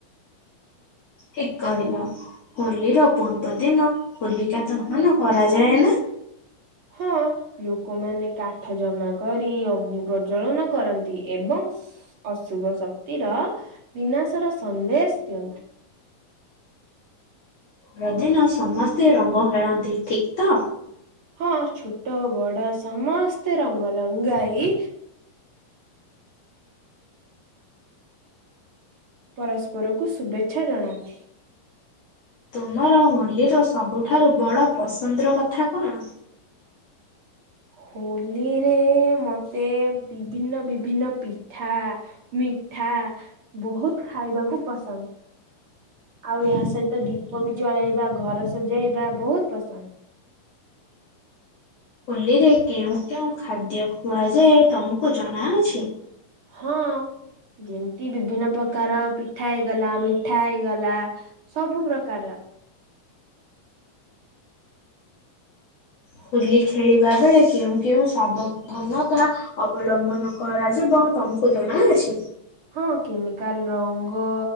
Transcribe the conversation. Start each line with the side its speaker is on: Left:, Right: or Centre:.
Left: ଠିକ୍ କହିଲ ହୋଲି ର ପୂର୍ବ ଦିନ ହୋଲିକା ଦହନ କରାଯାଏ ନା।
Right: ହଁ। ଲୋକମାନେ କାଠ ଜମା କରି ଅଗ୍ନି ପ୍ରଜଳନ କରନ୍ତି ଏବଂ ସ୍ ଅଶୁଭ ଶକ୍ତିର ବିନାଶର ସନ୍ଦେଶ୍ ଦିଅନ୍ତି।
Left: ରଦିନ ସମସ୍ତେ ରଙ୍ଗ ଖେଳନ୍ତି ଠିକ୍ ତ।
Right: ହଁ ଛୋଟ ବଡ ସମସ୍ତେ ରଙ୍ଗ ଲଙ୍ଗାଇ ପରସ୍ପରକୁ ଶୁଭେଚ୍ଛା ଜଣାନ୍ତି‌‌।
Left: ତୁମର ହୋଲିର ସବୁଠାରୁ ବଡ଼ ପସନ୍ଦର କଥା କଣ?
Right: ହୋଲିରେ ମୋତେ ବିଭିନ୍ନ ବିଭିନ୍ନ ପିଠା ମିଠା ବହୁତ୍ ଖାଇବାକୁ ପସନ୍ଦ୍ ଆଉ ଏହା ସହିତ ଦୀପ ବି ଜଳେଇବା ଘର ସଜାଇବା ବହୁତ୍ ପସନ୍ଦ୍।
Left: ହୋଲିରେ କେଉଁ କେଉଁ ଖାଦ୍ୟ ଖୁଆଯାଏ ତମୁକୁ ଜଣାଅଛି?
Right: ହଁ। ଯେମିତି ବିଭିନ୍ନ ପ୍ରକାର ପିଠାଇଗଲା ମିଠାଇଗଲା ସବୁ ପ୍ରକାରର
Left: ହୋଲି ଖେଳିବା ବେଳେ କେଉଁ କେଉଁ ସାବଧନତା ଅବଲମ୍ବନ କରାଯିବ ତମୁକୁ ଜଣାଅଛି?
Right: ହଁ କେମିକାଲ୍ ରଙ୍ଗ